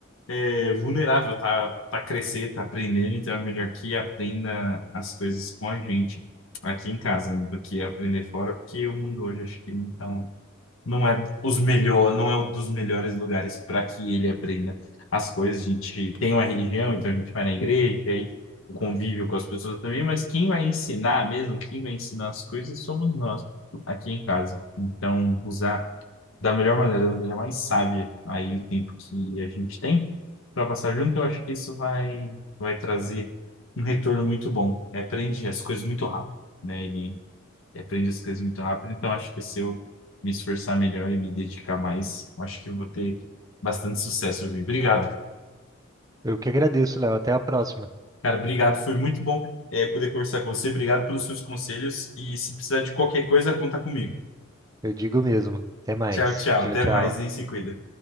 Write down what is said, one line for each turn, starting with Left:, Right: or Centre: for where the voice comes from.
Left: é, vulnerável, tá, tá crescer, tá aprendendo, então é melhor que aprenda as coisas com a gente aqui em casa do que aprender fora, porque o mundo hoje acho que não tá, um- não é os melhor, não é um dos melhores lugares para que ele aprenda as coisas. A gente tem uma religião, então a gente vai na igreja, aí o convívio com as pessoas também, mas quem vai ensinar mesmo, quem vai ensinar as coisas somos nós aqui em casa. Então, usar da melhor maneira, da maneira mais sábia aí o tempo que a gente tem para passar junto, eu acho que isso vai vai trazer um retorno muito bom. Ele aprende as coisas muito rápido, né? Ele, aprende as coisas muito rápido, então acho que se eu me esforçar melhor e me dedicar mais, eu acho que eu vou ter bastante sucesso, Vi. Obrigado.
Right: Eu que agradeço, Léo. Até a próxima.
Left: Cara, obrigado, foi muito bom é, poder conversar com você. Obrigado pelos seus conselhos e se precisar de qualquer coisa, conta comigo.
Right: Eu digo mesmo. Até mais.
Left: Tchau, tchau.
Right: Tchau,
Left: Até
Right: tchau.
Left: mais, hein? Se cuida.